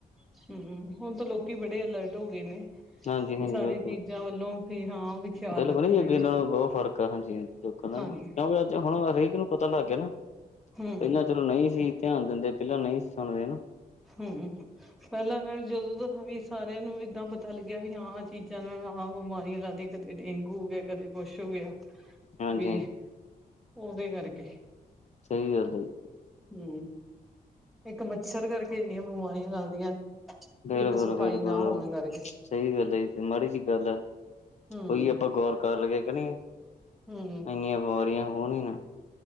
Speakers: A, in the centre; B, on the left.
A: ਜੀ, ਹੁਣ ਤਾਂ ਲੋਕੀ ਬੜੇ ਅਲਰਟ ਹੋ ਗਏ ਨੇ।
B: ਹਾਂਜੀ -ਹਾਂਜੀ
A: ਸਾਰੀ
B: ਬਿੱਲਕੁਲ-ਬਿੱਲਕੁਲ
A: ਚੀਜ਼ਾਂ ਵੱਲੋਂ ਵੀ ਹਾਂ ਵੀ ਖਿਆਲ ਰੱਖਦੇ
B: ਨਾ ਅੱਗੇ
A: ਨੇ
B: ਨਾਲੋ ਬਹੁਤ ਫ਼ਰਕ ਆ ਹਾਂਜੀ। ਦੇਖੋ ਮੈਮ,
A: ਹਾਂਜੀ
B: ਅਗਰ ਹੁਣ ਹਰੇਕ ਨੂੰ ਪਤਾ ਲੱਗ ਗਿਆ ਨਾ,
A: ਹੂੰ
B: ਇੰਨਾ ਚੀਰ ਨਈ ਸੀ ਧਿਆਨ ਦਿੰਦੇ ਪਹਿਲਾ ਨਈ ਸੀ ਸੁਣਦੇ ਹਨਾ।
A: ਹੂੰ ਪਹਿਲਾ ਨਾਲ ਜਦੋ ਦਾ ਵੀ ਸਾਰਿਆ ਨੂੰ ਇਦਾਂ ਪਤਾ ਲੱਗਿਆ ਵੀ ਹਾਂ ਆਹ ਚੀਜ਼ਾਂ ਨਾਲ ਆਹ ਬਿਮਾਰੀਆਂ ਲੱਗ ਕਦੇ ਡੇਂਗੂ ਹੋ ਗਿਆ, ਕਦੇ ਕੁਛ ਹੋ ਗਿਆ।
B: ਹਾਂਜੀ
A: ਵੀ,
B: ਹਾਂਜੀ
A: ਉਹਦੇ ਕਰਕੇ।
B: ਸਹੀ ਗੱਲ ਏ।
A: ਹੂੰ ਇੱਕ ਮੱਛਰ ਕਰਕੇ ਇੰਨੀਆਂ ਬਿਮਾਰੀਆਂ ਲੱਗਦੀਆਂ
B: ਬਿਲਕੁਲ-ਬਿਲਕੁਲ
A: ਇੱਕ ਸਫ਼ਾਈ ਨਾ ਹੋਣ ਕਰਕੇ
B: ਸਹੀ ਗੱਲ ਐ, ਏ ਤਾ ਮਾੜੀ ਜੀ ਗੱਲ ਐ।
A: ਹੂੰ
B: ਇਹੀ ਆਪਾਂ ਗੌਰ ਕਰ ਲਈਏ ਕਿ ਨਈ?
A: ਹੂੰ-ਹੂੰ
B: ਇੰਨੀਆ ਬਿਮਾਰੀਆ ਹੋਣ ਈ ਨਾ।